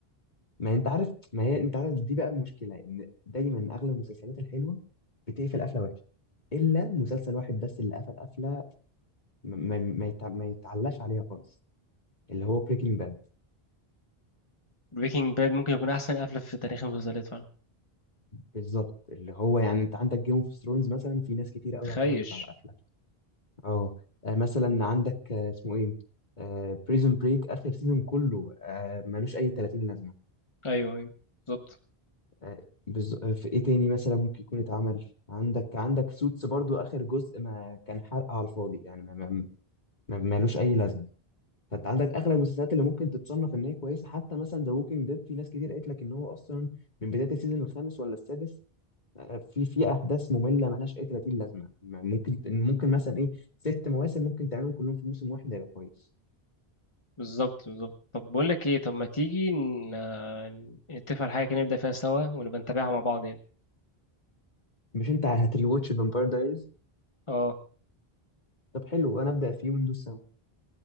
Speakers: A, on the left; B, on the left.
A: ما انت عارف ما هي انت عارف دي بقى المشكله ان دايما اغلب المسلسلات الحلوه بتقفل قفله وحشه الا مسلسل واحد بس اللي قفل قفله ما, ما, ما يتع... ما يتعلاش عليها خالص اللي هو بريكنج باد
B: بريكنج باد ممكن يكون احسن قفله في تاريخ المسلسلات فعلا
A: بالظبط اللي هو يعني انت عندك جيم اوف ثرونز مثلا في ناس كتير قوي
B: خيش
A: اعترضت على قفله اه آه، مثلا عندك آه، اسمه ايه بريزون بريك اخر سيزون كله آه، ملوش اي 30 لازمه
B: ايوه أيوة، بالظبط
A: آه، بز... آه، في ايه تاني مثلا ممكن يكون اتعمل عندك عندك سوتس برضو اخر جزء ما كان حرق على الفاضي يعني ما... ما... ما... ملوش اي لازمه فانت عندك اغلب المسلسلات اللي ممكن تتصنف ان هي كويسه حتى مثلا ذا ووكينج ديد في ناس كتير قالت لك ان هو اصلا من بدايه السيزون الخامس ولا السادس آه، في في احداث ممله ملهاش اي 30 لازمه ممكن ممكن مثلا ايه ست مواسم ممكن تعملهم كلهم في موسم واحد هيبقى كويس
B: بالظبط بالظبط طب بقول لك ايه طب ما تيجي ن- آه، نتفق على حاجه كده نبدا فيها سوا ونبقى نتابعها مع بعض يعني
A: مش انت هتريواتش فامباير دايريز
B: اه
A: طب حلو انا ابدا فيه وندوس سوا